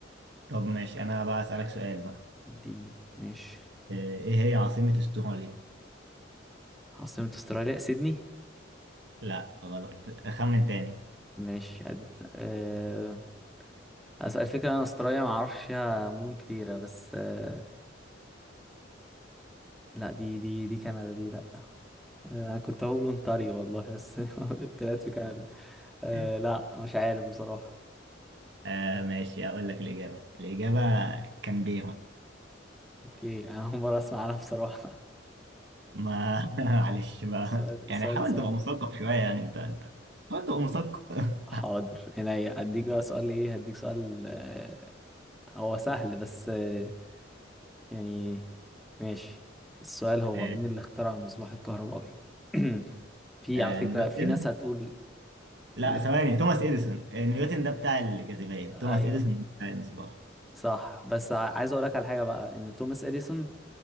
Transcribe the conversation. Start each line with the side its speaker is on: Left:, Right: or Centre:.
Right: طب ماشي انا بقى اسالك سؤال بقى
Centre: اديني ماشي
Right: آه، ايه هي عاصمة استراليا
Centre: عاصمة استراليا سيدني
Right: لا غلط اخمن تاني
Centre: ماشي أد... آه أسأل الفكرة أنا استراليا معرفش فيها مدن كتيرة بس آه لا دي دي دي كندا دي لا آه أنا كنت هقول أونتاريو والله بس <laughs> التلات في كندا آه
Right: <laughs>
Centre: لا مش عارف بصراحة
Right: آه ماشي اقول لك الاجابة الاجابة كانبيرا
Centre: أوكي أنا أول مرة أسمع عنها بصراحة
Right: ما <laughs> معلش بقى
Centre: <laughs> سؤال
Right: يعني
Centre: سؤال
Right: حاول
Centre: صعب
Right: تبقى مثقف شوية يعني انت انت حاول تبقى مثقف <laughs>
Centre: حاضر هنا هديك بقى سؤال إيه هديك سؤال آه، هو سهل بس آه، يعني ماشي السؤال هو
Right: ماشي.
Centre: مين اللي اخترع المصباح الكهربائي <clears throat> في
Right: آه
Centre: على فكرة
Right: نيوتن
Centre: في ناس هتقول
Right: لا
Centre: ال...
Right: ثواني توماس اديسون آه نيوتن ده بتاع الجاذبية
Centre: ايوه
Right: توماس اديسون بتاع المصباح
Centre: صح بس ع- عايز اقول لك على حاجة بقى ان توماس اديسون